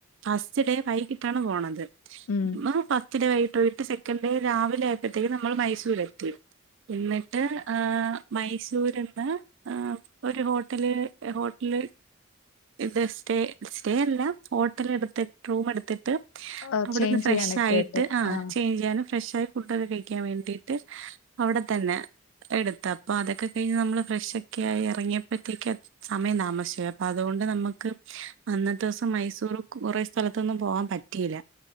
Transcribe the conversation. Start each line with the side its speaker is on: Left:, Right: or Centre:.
Right: ഫസ്റ്റ് ഡേ വൈകിട്ടാണ് പോണത്.
Left: ഉം
Right: ഫ ഫസ്റ്റ് ഡേ വൈകിട്ടോയിട്ട് സെക്കന്റ്‌ ഡേ രാവിലെ ആയപ്പോത്തേക്കും നമ്മള് മൈസൂരെത്തി. എന്നിട്ട് ആഹ് മൈസൂര്ന്ന് ആ.. ഒര് ഹോട്ടല് ഹോട്ടല്- ഇവ്ടെ സ്റ്റേ സ്റ്റേ അല്ല ഹോ- ത്രെ എട്ത്ത് റൂമെട്ത്ത്ട്ട്
Left: ആ
Right: അവിടന്ന്
Left: ചേഞ്ച്
Right: ഫ്രെശായിട്ട്,
Left: ചെയ്യാനൊക്കെ ആയിട്ട്
Right: ആഹ്
Left: ആ
Right: ചെയ്ഞ്ച്ചെയ്യാനും ഫ്രശാ- ഫുഡൊക്കെ കഴിക്കാൻവേണ്ടീട്ട് അവടതന്നെ- എട്ത്ത് അപ്പൊ അതൊക്കെ കയിഞ്ഞ് നമ്മള് ഫ്രെഷൊക്കെ ആയി എറങ്യേപ്പത്തേക്കും ആണ് സമയം താമസിച്ച്പോയി അപ്പൊ അതുകൊണ്ട് നമ്മക്ക് അന്നത്തെ ദിവസം മയിസൂറ് - കൊറേ സ്ഥലത്തൊന്നും പോവാം പറ്റീല.